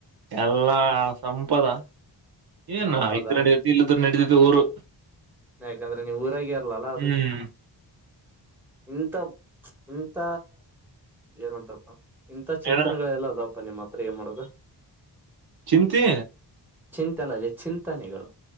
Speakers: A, on the right; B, in the centre.
A: ಎಲ್ಲಾ ಸಂಪದ ಏನ
B: ಸಂಪದ
A: ಇದ್ ನೆಡಿ ತತಿ ಇಲ್ಲಿದ್ರು ನೆಡಿತತಿ ಊರು
B: ಯಾಕಂದ್ರೆ ನೀವು ಊರಾಗ ಇರ್ಲಲ್ಲ ಅದಕ್ಕೆ
A: ಹ್ಮ್
B: ಇಂತ ಇಂತ ಏನಂತಾರಪ್ಪ ಇಂತ ಚಿಂತನೆಗಳೆಲ್ಲ
A: ಏನ
B: ಎಲ್ಲ ಆದವು ನಿಮ್ಮ ಹತ್ರ ಏನ್ ಮಾಡೋದು
A: ಚಿಂತಿ
B: ಚಿಂತಲ್ಲದೆ ಚಿಂತನೆಗಳು